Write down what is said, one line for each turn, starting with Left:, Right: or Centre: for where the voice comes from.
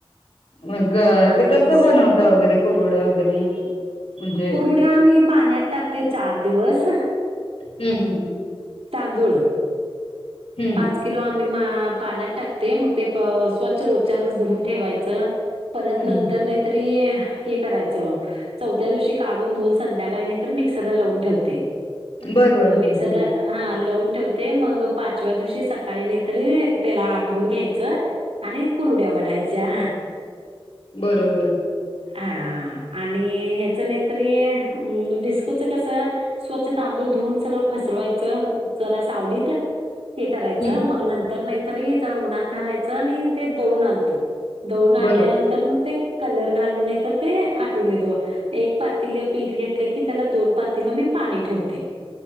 Left: मग
Right: आणि
Left: ते कस बनवता वगैरे कुरुड्या वगैरे म्हणजे
Right: कुरुड्या आम्ही पाण्यात टाकते चार दिवस
Left: हम्म हम्म हम्म
Right: तांदूळ
Left: हम्म
Right: पाच किलो आम मी पाण्यात टाकते मग ते स्वच्छ रोजच्या रोज धुवून ठेवायचं परत
Left: हम्म
Right: नंतर
Left: हम्म
Right: नाहीतरी हे करायच चौथ्या दिवशी काढून धुऊन संध्याकाळी नाही तर मिक्सरला लावून ठेवते
Left: बर बर बर
Right: मिक्सरला
Left: हम्म
Right: हा लवून ठेवते मग पात व्या दिवशी सकाळी नाहीतरी त्याला आठवून घ्यायचं आणि कुरुड्या वाढायच्या
Left: बरोबर
Right: हा आणि ह्याच नाहीतरी अम् डिस्कोचं कसं स्वच्छ तांदूळ धुऊन सगळं पसरवायचं जरा सावलीत हे करायचं
Left: हम्म
Right: मग नंतर नाहीतरी जरा उन्हात घालायचं आणि ते दळून आणतो दळुन आणल्यानंतर
Left: बरं
Right: मग ते कलर घालून नाही तर ते आटवुन घेतो एक पातीले पीठ घेतले की त्याला दोन पातीलं मी पाणी ठेवते.